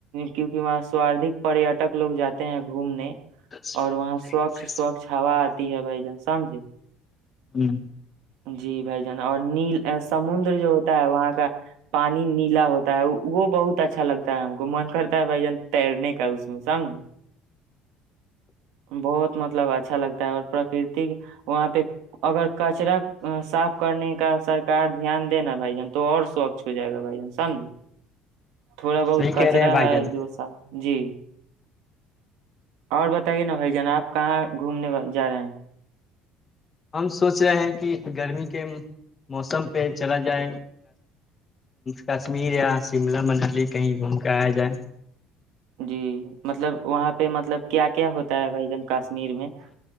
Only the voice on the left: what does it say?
ہ
ہوں <unintelligible>
صحیح
کہہ رہے ہیں بھائی
جان
ہم سوچ رہے ہیں کہ گرمی کے موسم پہ چلا جائے کشمیر یا شملہ منالی کہیں گھوم کے آیا جائے